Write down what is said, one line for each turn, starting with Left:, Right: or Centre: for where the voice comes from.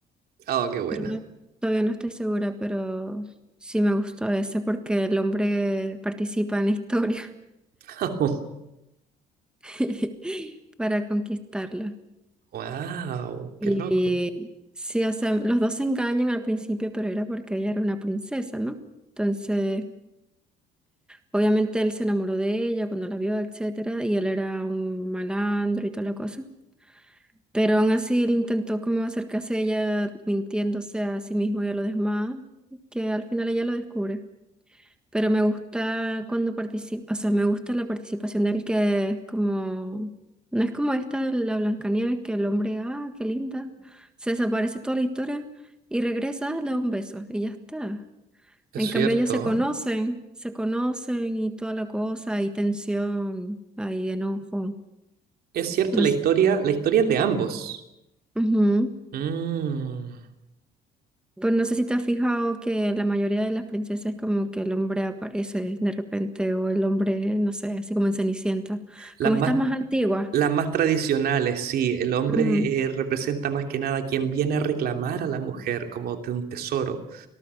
Right: Oh, qué buena.
Centre: pero no- todavía no estoy segura, pero sí me gustó ese porque el hombre participa en la historia
Right: <laughs>
Centre: <laughs> para conquistarla.
Right: Wow,
Centre: Y
Right: qué loco.
Centre: sí, o sea, los dos se engañan al principio, pero era porque ella era una princesa, ¿no? Entonces... Obviamente él se enamoró de ella cuando la vio, etcétera, y él era un malandro y toda la cosa. Pero aún así él intentó como acercarse a ella mintiéndose a sí mismo y a los demás, que al final ella lo descubre. Pero me gusta cuando participa, o sea, me gusta la participación de él que es como, no es como esta la Blancanieves que el hombre, ah, qué linda, se desaparece toda la historia y regresa, le da un beso y ya está.
Right: Es
Centre: En
Right: cierto.
Centre: cambio, ellos se conocen, se conocen y toda la cosa, hay tensión, hay enojo.
Right: Es cierto,
Centre: No
Right: la
Centre: s-
Right: historia, la historia es de ambos.
Centre: Ujú.
Right: Mm,
Centre: Pues no sé si te has fijado que la mayoría de las princesas como que el hombre aparece de repente o el hombre, no sé, así como en Cenicienta.
Right: las
Centre: Como
Right: más,
Centre: estas más Mm. antiguas.
Right: las más tradicionales, sí. El hombre
Centre: Ujú.
Right: eh, representa más que nada a quien viene a reclamar a la mujer como de un tesoro